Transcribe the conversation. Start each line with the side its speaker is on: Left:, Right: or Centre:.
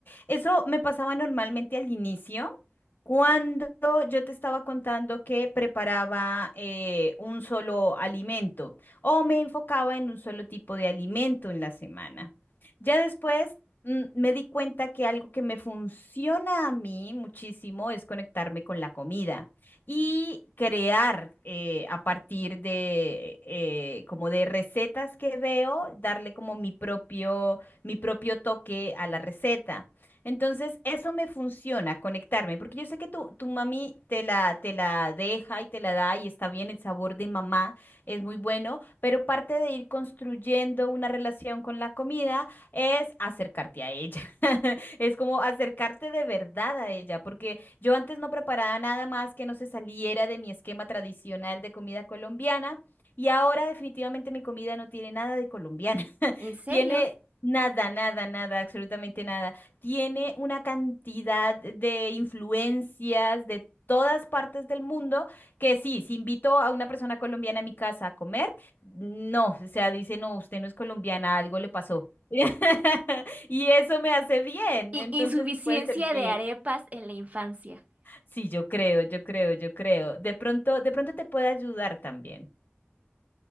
Left: Eso me pasaba normalmente al inicio, cuando yo te estaba contando que preparaba eh, un solo alimento o me enfocaba en un solo tipo de alimento en la semana. Ya después mm, me di cuenta que algo que me funciona a mí muchísimo es conectarme con la comida y crear eh, a partir de eh, como de recetas que veo, darle como mi propio mi propio toque a la receta. Entonces, eso me funciona, conectarme, porque yo sé que tu, tu mami te la, te la deja y te la da y está bien, el sabor de mamá es muy bueno, pero parte de ir construyendo una relación con la comida es acercarte a ella. <laughs> Es como acercarte de verdad a ella, porque yo antes no preparaba nada más que no se saliera de mi esquema tradicional de comida colombiana. Y ahora definitivamente mi comida no tiene nada de colombiana. <laughs>
Right: ¿En serio?
Left: Tiene Nada, nada, nada, absolutamente nada. Tiene una cantidad de influencias de todas partes del mundo que sí, si invito a una persona colombiana a mi casa a comer, no, o sea, dice, no, usted no es colombiana, algo le pasó. <laughs> Y eso me hace bien,
Right: I-
Left: entonces
Right: insuficiencia
Left: te puede <laughs> servir.
Right: de arepas en la infancia.
Left: Sí, yo creo, yo creo, yo creo. De pronto, de pronto te puede ayudar también.